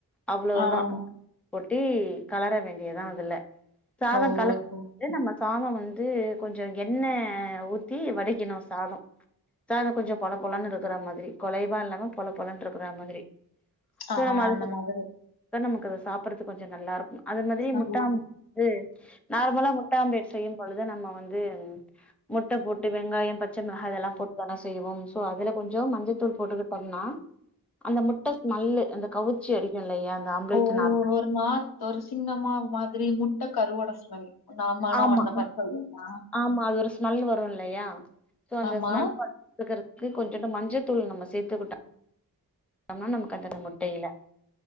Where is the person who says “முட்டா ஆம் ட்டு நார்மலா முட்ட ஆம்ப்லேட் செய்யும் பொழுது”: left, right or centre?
Centre